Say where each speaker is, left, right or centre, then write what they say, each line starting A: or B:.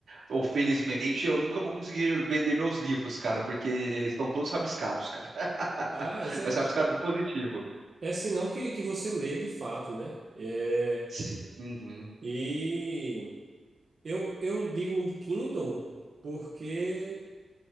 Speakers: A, on the right; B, on the right.
A: Ou felizmente eu nunca vou conseguir vender meus livros, cara, porque estão todos rabiscados, cara. <laughs>
B: Ah, isso é,
A: Mas rabiscado positivo.
B: é sinal que, que você lê de fato, né? É,
A: <laughs> Uhum,
B: e eu, eu digo no Kindle porque